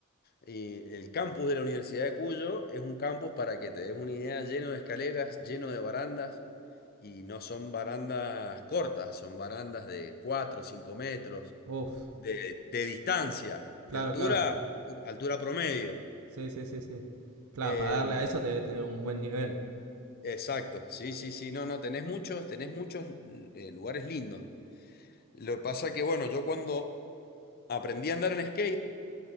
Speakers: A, on the left; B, on the right.
A: Y el campus de la Universidad de Cuyo es un campus, para que te des una idea, lleno de escaleras, lleno de barandas, y no son barandas cortas, son barandas de cuatro o 5 metros
B: Uf,
A: de, de distancia,
B: claro,
A: de altura,
B: claro.
A: altura promedio.
B: Sí, sí, sí, sí. Claro,
A: Eh,
B: para darle a eso te debe tener un buen nivel.
A: exacto, sí, sí, sí, no, no, tenés muchos, tenés muchos eh, lugares lindos. Lo que pasa que, bueno, yo cuando aprendí a andar en skate,